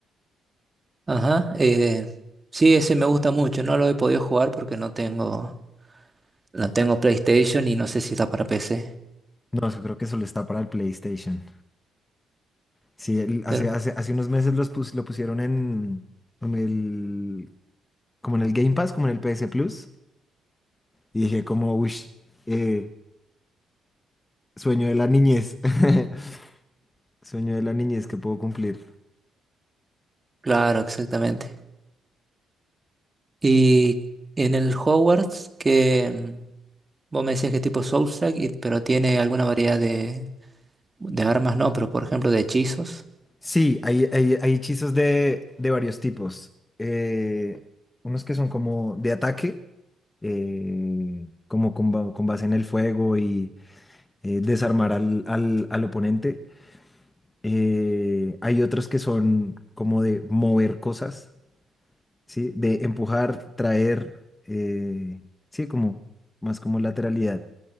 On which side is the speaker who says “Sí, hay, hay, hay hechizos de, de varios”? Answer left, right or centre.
Left